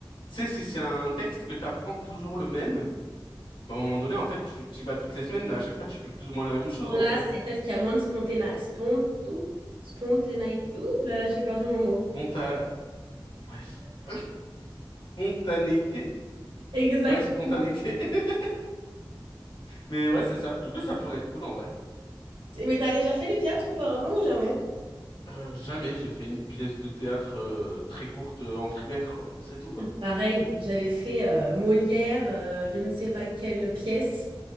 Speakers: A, on the left; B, on the right.
A: tu sais, si c'est un texte que t'apprends toujours le même, Bah, À un moment donné, en fait, tu, tu y vas toutes les semaines, mais à chaque fois, tu fais plus ou moins la même chose
B: Bon, là,
A: en soi.
B: c'est peut-être qu'il y a moins de spontané... Spont... ouh, Spontanéité. Ouh là là, j'ai perdu mon mot.
A: Sponta... Ouais, <laughs> spontanéité?
B: Exactement.
A: Ouais, spontanéité. <laughs> Mais ouais, c'est ça. Du coup, ça pourrait être cool en vrai.
B: Et- Mais t'as déjà fait du théâtre auparavant ou jamais?
A: Euh, jamais j'ai fait une pièce de théâtre euh, très courte euh, en primaire, quoi, mais c'est tout.
B: Pareil, j'avais fait euh, Molière, euh, je ne sais pas quelle pièce,